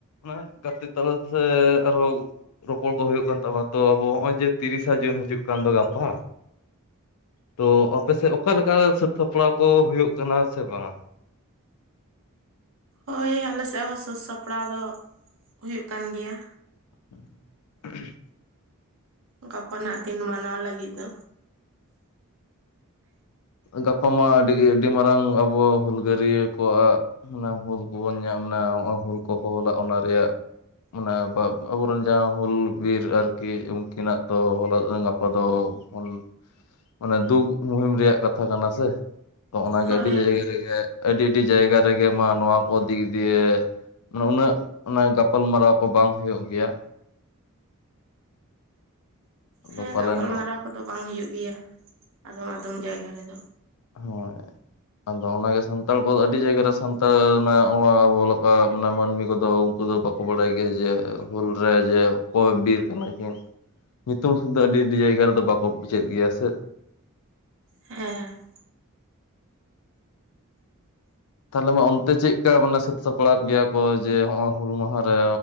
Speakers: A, on the left; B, on the right.
A: ᱢᱟᱱᱮ ᱜᱟᱛᱮ ᱛᱟᱞᱟ ᱥᱮ ᱟᱨᱦᱚᱸ ᱜᱩᱜ ᱨᱚᱯᱚᱲ ᱠᱚ ᱦᱩᱭᱩᱜ ᱠᱟᱱ ᱛᱟᱵᱚᱱᱟ ᱛᱚ, ᱟᱵᱚ ᱱᱚᱜ-ᱚᱭ ᱡᱮ ᱛᱤᱨᱤᱥᱟ ᱡᱩᱱ ᱦᱤᱡᱩᱜ ᱠᱟᱱ ᱫᱚ ᱜᱟᱯᱟ᱾ ᱛᱚ ᱟᱯᱮ ᱥᱮᱫ ᱚᱠᱟ ᱞᱮᱠᱟ ᱥᱟᱹᱛ ᱥᱟᱯᱲᱟᱣ ᱠᱚ ᱦᱩᱭᱩᱜ ᱠᱟᱱᱟ ᱥᱮ ᱵᱟᱝᱟ᱾
B: ᱦᱳᱭ ᱟᱞᱮ ᱥᱮᱫ ᱦᱚᱸ ᱥᱟᱹᱛ ᱥᱟᱯᱲᱟᱣ ᱫᱚ ᱦᱩᱭᱩᱜ ᱠᱟᱱ ᱜᱮᱭᱟ᱾
A: <inaudible> <unintelligible>
B: ᱜᱟᱯᱟ ᱱᱟᱜ ᱫᱤᱱ ᱢᱟᱱᱟᱣ ᱞᱟᱹᱜᱤᱫ ᱫᱚ᱾
A: ᱜᱟᱯᱟ ᱢᱟ ᱟᱹᱰᱤ ᱜᱮ ᱟᱹᱰᱤ ᱢᱟᱨᱟᱝ ᱟᱵᱚ ᱦᱩᱞᱜᱟᱹᱨᱭᱟᱹ ᱠᱚᱣᱟᱜ ᱚᱱᱟ ᱦᱩᱞ ᱠᱚᱵᱚᱱ ᱧᱟᱢ ᱱᱟ ᱦᱩᱞ ᱠᱚᱠᱚ ᱦᱚᱦᱚᱞᱟ ᱚᱱᱟ ᱨᱮᱭᱟᱜ ᱢᱟᱱᱮ ᱟᱵᱚᱨᱮᱱ ᱡᱟᱦᱟᱸ ᱦᱩᱞ ᱵᱤᱨ ᱟᱨᱠᱤ ᱩᱱᱠᱤᱱᱟᱜ ᱫᱚ ᱦᱚᱞᱟ ᱜᱟᱯᱟ ᱫᱚ ᱵᱚᱱ ᱢᱟᱱᱮ ᱫᱩᱠ ᱢᱩᱦᱤᱢ ᱨᱮᱭᱟᱜ ᱠᱟᱛ ᱠᱟᱛᱷᱟ ᱠᱟᱱᱟ ᱥᱮ ᱛᱚ ᱚᱱᱟᱜᱮ
B: ᱦᱳᱭ
A: ᱟᱹᱰᱤ ᱡᱟᱭᱜᱟ ᱨᱮᱜᱮ, ᱟᱹᱰᱤ ᱟᱹᱰᱤ ᱡᱟᱭᱜᱟ ᱨᱮᱜᱮ ᱢᱟ ᱱᱚᱣᱟ ᱠᱚ ᱫᱤᱠ ᱫᱤᱭᱮ᱾ ᱢᱟᱱᱮ ᱩᱱᱟᱹᱜ ᱮ ᱜᱟᱯᱟᱞ ᱢᱟᱨᱟᱣ ᱠᱚ ᱵᱟᱝ ᱦᱩᱭᱩᱜ ᱜᱮᱭᱟ᱾ ᱟᱫᱚ
B: ᱦᱮᱸ
A: ᱯᱟᱞᱮᱱ
B: ᱜᱟᱯᱟᱞᱢᱟᱨᱟᱣ ᱠᱚᱫᱚ ᱵᱟᱝ ᱦᱩᱭᱩᱜ ᱜᱮᱭᱟ, ᱟᱫᱚᱢ ᱟᱫᱚᱢ ᱡᱟᱭᱜᱟ ᱨᱮᱫᱚ᱾
A: ᱦᱳᱭ ᱟᱫᱚ ᱚᱱᱟ ᱜᱮ ᱥᱟᱱᱛᱟᱲ ᱠᱚ ᱟᱹᱰᱤ ᱡᱟᱭᱜᱟ ᱨᱮ ᱥᱟᱱᱛᱟᱲ ᱨᱮᱱᱟᱜ ᱟᱵᱚ ᱞᱮᱠᱟ ᱢᱟᱹᱱᱢᱤ ᱠᱚᱫᱚ ᱩᱱᱠᱩ ᱫᱚ ᱵᱟᱠ- ᱠᱚ ᱵᱟᱲᱟᱭ ᱜᱮᱭᱟ ᱡᱮ, ᱦᱩᱞ ᱨᱮ ᱡᱮ, ᱚᱠᱚᱭ ᱵᱤᱨ ᱠᱟᱱᱟ ᱠᱤᱱ᱾ ᱧᱩᱛᱩᱢ ᱥᱩᱫᱩ ᱟᱹᱰᱤ ᱟᱹᱰᱤ ᱡᱟᱭᱜᱟ ᱨᱮᱫᱚ ᱵᱟᱠᱚ ᱯᱩᱪᱟᱭᱮᱫ ᱜᱮᱭᱟ ᱥᱮ᱾
B: ᱦᱮᱸ
A: ᱛᱟᱦᱚᱞᱮ ᱢᱟ, ᱚᱱᱛᱮ ᱪᱮᱫ ᱢᱟᱱᱮ ᱥᱟᱹᱛ ᱥᱟᱯᱲᱟᱣ ᱜᱮᱭᱟ ᱠᱚ ᱡᱮ, ᱱᱚᱜ-ᱚᱭ ᱦᱩᱞ ᱢᱟᱦᱟᱸ ᱨᱮ